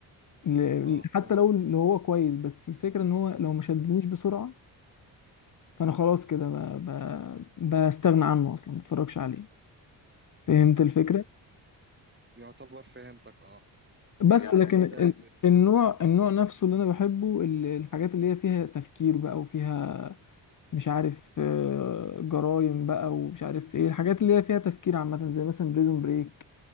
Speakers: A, on the left; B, on the right.
A: ل-
B: اه
A: ل-
B: فهمت
A: حتى لو اللي هو كويس بس الفكرة ان هو لو ما شدنيش بسرعة فانا خلاص كده ب... ب... بستغنى عنه اصلا ما بتفرجش عليه فهمت الفكرة
B: آه. يعتبر فهمتك اه يعني
A: بس يعني لكن
B: انت
A: ال-
B: <laughs> ب-
A: النوع النوع نفسه اللي انا بحبه ال- الحاجات اللي هي فيها تفكير بقى وفيها مش عارف آه، جرايم بقى ومش عارف ايه الحاجات اللي هي فيها تفكير عامة زي مثلا بريزون بريك